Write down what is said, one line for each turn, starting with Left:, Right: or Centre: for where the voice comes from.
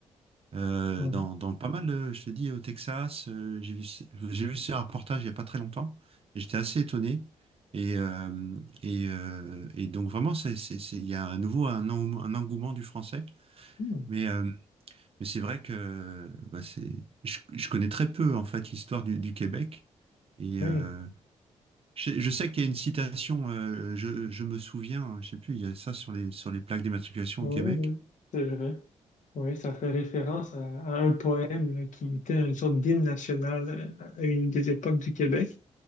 Right: euh,
Left: Oui.
Right: dans, dans pas mal, euh, je te dis, au Texas. euh, j'ai vu, ce- j'ai vu ce reportage il n'y a pas très longtemps. et J'étais assez étonné. Et, euh, et, euh, et donc vraiment, c'est, c'est, c'est- il y a à nouveau un, en- un engouement du français.
Left: Hmm.
Right: Mais, euh, mais c'est vrai que bah, c'est, je, je connais très peu en fait l'histoire du, du Québec. Et
Left: Oui.
Right: euh, je, sais je sais qu'il y a une citation, euh, je, je me souviens, je sais plus, il y a ça sur les, sur les plaques d'immatriculation
Left: Oui,
Right: au Québec.
Left: oui, c'est vrai. Oui, ça fait référence à, à un poème là, qui était une sorte d'hymne national euh, à une des époques du Québec.